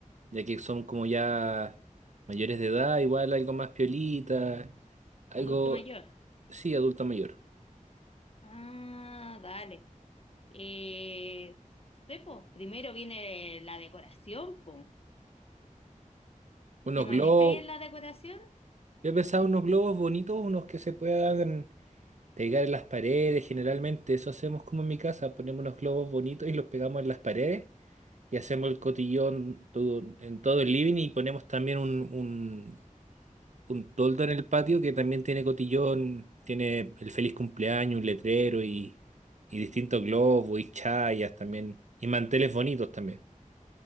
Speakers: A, on the right; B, on the left.
A: ya que son como ya mayores de edad, igual algo más piolita, algo,
B: ¿Adulto mayor?
A: sí, adulto mayor.
B: Ah, dale. Eh, sí, po, primero viene la decoración, po.
A: Unos
B: ¿Te manejáis
A: globos,
B: en la decoración?
A: yo he pensado unos globos bonitos, unos que se puedan Pegar en las paredes, generalmente eso hacemos como en mi casa, ponemos unos globos bonitos y los pegamos en las paredes y hacemos el cotillón todo- en todo el living y ponemos también un, un, un toldo en el patio que también tiene cotillón, tiene el feliz cumpleaños, un letrero y, y distintos globos y chayas también y manteles bonitos también.